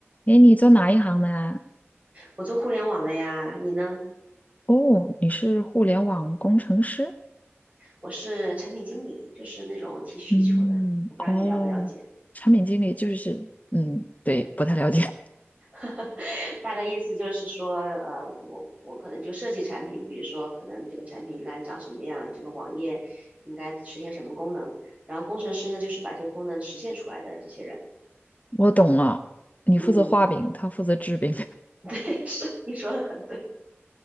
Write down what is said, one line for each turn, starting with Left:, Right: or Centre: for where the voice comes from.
Left: 诶，你做哪一行的呀？
Right: 我做互联网的呀，你呢？
Left: 哦，你是互联网工程师？
Right: 我是产品经理，就是那种提需求的。
Left: 嗯，
Right: 我不知道你了不了解，
Left: 哦，产品经理就是，嗯，
Right: 嗯，
Left: 对，不太了解。<laughs>
Right: <laughs> 大概意思就是说，呃，我我可能就设计产品，比如说可能这个产品应该长什么样，这个网页应该实现什么功能，然后工程师呢就是把这些功能实现出来的这些人。
Left: 我懂了，你负责画饼，
Right: 嗯，
Left: 他负责制饼。
Right: <laughs> 对，是你说的很对，